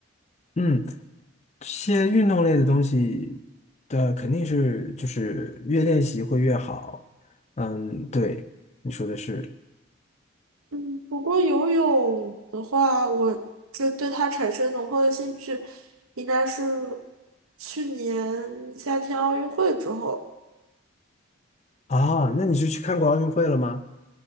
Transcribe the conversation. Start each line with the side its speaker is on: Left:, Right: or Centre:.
Left: 嗯，这些运动类的东西的肯定是就是越练习会越好。嗯，对，你说的是
Right: 嗯，不过游泳的话，我这对它产生浓厚的兴趣，应该是去年夏天奥运会之后。
Left: 啊，那你是去看过奥运会了吗？